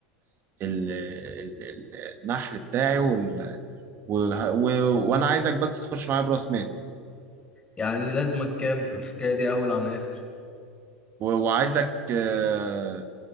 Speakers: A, on the right; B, on the left.
A: ال ال ال النحل بتاعي وال وه- و- وانا عايزك بس تخش معايا براس مال
B: يعني لازمك كام في الحكاية دي اول عن اخر
A: و- وعايزك آه،